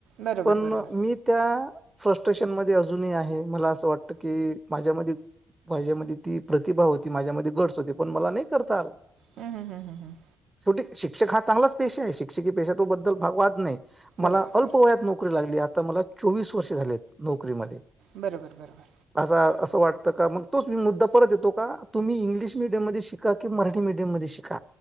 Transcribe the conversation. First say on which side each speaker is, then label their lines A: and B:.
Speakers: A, on the right; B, on the right.
A: बरोबर
B: पण
A: बरोबर
B: मी त्या फ्रस्ट्रेशन मध्ये अजूनही आहे मला असं वाटतं की माझ्या मदी माझ्या मदी ती प्रतिभा होती माझ्यामध्ये गट्स होती पण मला नाही करता आलं.
A: हम्म हम् हम् हम् हम!
B: शेवटी शिक्षक हा चांगलाच पेशा आहे शिक्षक पेशा बद्दल वाद नाही. मला
A: बरोबर
B: अल्पवयात
A: बरोबर
B: नोकरी लागली आता मला चोवीस वर्ष झालेत. नोकरीमध्ये,
A: बरोबर बरोबर
B: अस अस वाटत का मग तोच मी मुद्दा परत येतो का तुम्ही इंग्लिश मिडियम मध्ये शिका की मराठी मीडियम मध्ये शिका